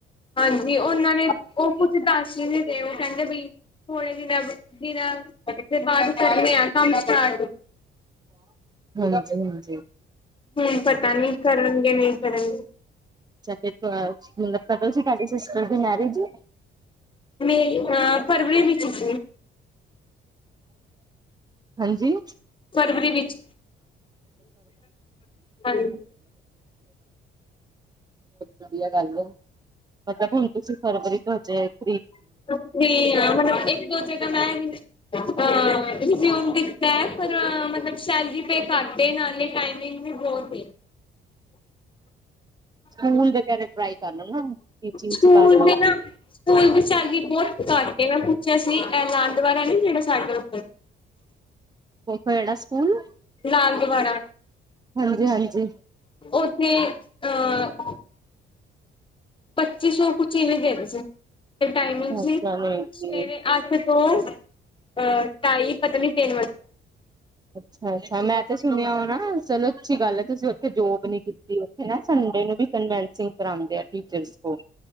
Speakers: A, on the left; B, on the right.
A: ਹਾਂਜੀ, ਉਹਨਾਂ ਨੇ ਉਹ ਕੁਛ <unintelligible> ਤੇ ਉਹ ਕਹਿੰਦੇ ਬੀ, ਥੋੜੇ ਦਿਨਾਂ ਦਿਨਾਂ ਦੇ ਬਾਅਦ ਕਰਨੇ ਆ ਕੰਮ ਸਟਾਰਟ।
B: ਹਾਂਜੀ-ਹਾਂਜੀ।
A: ਹੂਨ ਪਤਾ ਨੀ ਕਰਨਗੇ ਨਈ ਕਰਨਗੇ।
B: ਅੱਛਾ, <unintelligible> ਸਿਸਟਰ ਦੀ ਮੈਰੇਜ ਏ।
A: ਮੇਰੀ ਹਾਂ, ਫਰਵਰੀ ਵਿੱਚ ਸੀ।
B: ਹਾਂਜੀ। <inaudible> <inaudible>
A: ਫਰਵਰੀ ਵਿੱਚ ਹਾਂਜੀ
B: ਵਦੀਆ ਗਾੱਲ ਐ, ਮਤਲਬ ਹੁਨ ਤੁਸੀਂ ਫਰਵਰੀ ਤੋਂ <unintelligible>
A: <unintelligible> ਏਕ ਦੋ ਜਗਾ ਮੈਂ ਹਾਂ ਰਿਜ਼ਊਮ ਦਿੱਤਾ ਹੈ। ਪਰ ਮਤਲਬ ਸ਼ੈਲਰੀ ਪਏ ਘੱਟ ਏ, ਨਾਲੇ ਟਾਈਮਿੰਗ ਵੀ <unintelligible>
B: ਸਕੂਲ ਦੇ ਕੈ ਟ੍ਰਾਈ ਕਾਰ ਲੋ, ਟੀਚਿੰਗ
A: ਸਕੂਲ
B: ਚ ਕਰ ਲਓ।
A: ਦੇ ਨਾ ਸਕੂਲ ਦੀ ਸੈਲਰੀ ਬੋਤ ਘੱਟ ਏ, ਮੈ ਪੁਛੇਆ ਸੀ ਐ ਲਾਲ ਦਵਾਰਾ ਨੀ ਜੇੜਾ ਸਾਡੇ ਓਥੇ।
B: ਕੋਏ ਕੇੜਾ ਸਕੂਲ।
A: ਲਾਲ ਦਵਾਰਾ,
B: ਹਾਂਜੀ ਹਾਂਜੀ
A: ਓਥੇ ਅ ਪੱਚੀ ਸੋ ਕੁਛ ਇਵੇਂ ਦੇਰੇ ਸੀ, ਤੇ ਟਾਈਮਿੰਗ ਸੀ
B: ਅੱਛਾ ਨਹੀਂ
A: ਸਵੇਰੇ
B: ਜੀ
A: ਆੱਠ ਤੋ ਅ, ਢਾਈ ਪਤਾ ਨੀ ਤੇਨ ਵਜੇ ਤੱਕ।
B: ਅੱਛਾ-ਅੱਛਾ, ਮੈਂ ਤੇ ਸੁਨੇਆ ਹੋਨਾ ਚਲੋ ਅੱਛੀ ਗਾਲ ਐ ਤੁਸੀ ਕੋਈ ਜੋਬ ਨੀ ਕੀਤੀ ਓਥੇ ਹੈਂ, ਸੰਡੇ ਨੂੰ ਵੀ <unintelligible> ਕਰਵਾਓਣ ਗੇਆ ਟੀਚਰਸ ਕੋਲ।